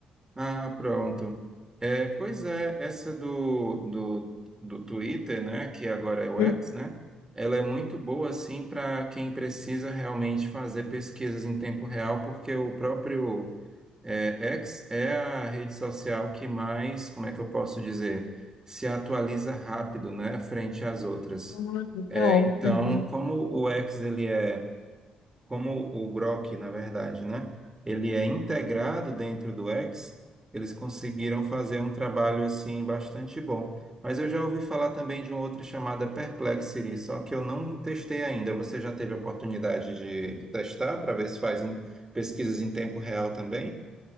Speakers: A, on the right; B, on the left.
A: Ah, pronto. É, pois é, essa do, do, do Twitter, né, que agora é o
B: Uhum.
A: X, né, ela é muito boa, assim, para quem precisa realmente fazer pesquisas em tempo real, porque o próprio É, X é a rede social que mais, como é que eu posso dizer, se atualiza rápido, né, frente às outras.
B: Ah, Legal.
A: É, então,
B: Uhum.
A: como o X ele é, como o Grok, na verdade, né, ele é integrado dentro do X, eles conseguiram fazer um trabalho assim bastante bom. Mas eu já ouvi falar também de uma outra chamada Perplexity, só que eu não testei ainda. Você já teve a oportunidade de testar para ver se faz em- pesquisas em tempo real também?